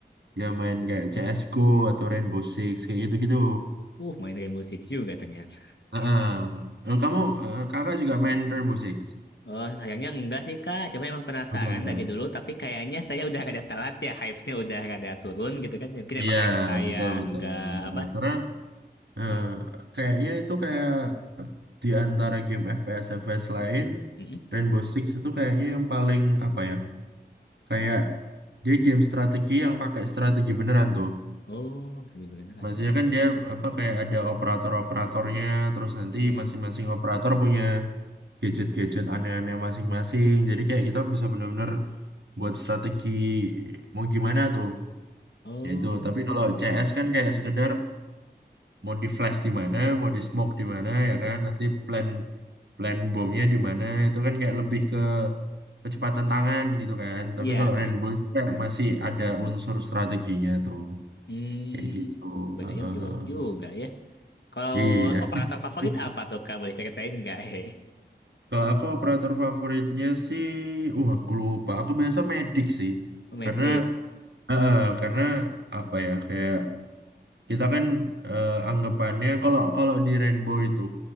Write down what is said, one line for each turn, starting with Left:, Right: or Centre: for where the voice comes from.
Right: ya main kayak CS:GO atau Rainbow Six kayak gitu-gitu.
Left: uh, main kayak musik juga ternyata.
Right: Heeh. Kalau Kamu eh, kakak juga main Rainbow Six?
Left: Oh, sayangnya enggak sih, Kak. Cuma emang penasaran
Right: Udah nggak?
Left: dari dulu, tapi kayaknya saya udah rada telat ya. Hype-nya udah rada turun gitu kan. Ya, Mungkin
Right: Iya,
Left: emang karena saya
Right: betul betul.
Left: enggak apa.
Right: Nah, Karena eh,
Left: Hmm,
Right: kayaknya itu kayak di antara game FPS FPS lain,
Left: mm-mm.
Right: Rainbow Six itu kayaknya yang paling apa ya? Kayak dia game strategi yang pakai strategi beneran tuh.
Left: Oh, seni beneran.
Right: Maksudnya
Left: waduh.
Right: kan dia apa kayak ada operator-operatornya, terus nanti
Left: Mm-mm.
Right: masing-masing operator punya gadget-gadget aneh-aneh masing-masing. Jadi kayak kita bisa bener-bener buat strategi mau gimana tuh.
Left: Oh,
Right: Ya itu. Tapi kalau CS kan kayak sekedar mau di flash di mana, mau di smoke di mana ya kan. Nanti plan plan bomnya di mana itu kan kayak lebih ke kecepatan tangan gitu kan. Tapi
Left: iya,
Right: kalau
Left: Kak.
Right: Rainbow itu kayak masih ada unsur strateginya tuh.
Left: Hmm,
Right: Kayak gitu.
Left: bedanya
Right: Heeh, heeh,
Left: jauh juga
Right: heeh.
Left: ya. Kalau
Right: Iya.
Left: operator favorit
Right: <laughs>
Left: apa tuh, Kak? Boleh ceritain nggak? <laughs> Hehe.
Right: Kalau aku operator favoritnya sih, uh aku lupa. Aku biasa medik sih.
Left: Oh, Mad
Right: Karena eh, eh, karena apa ya kayak Kita kan eh, anggapannya kalau kalau di Rainbow itu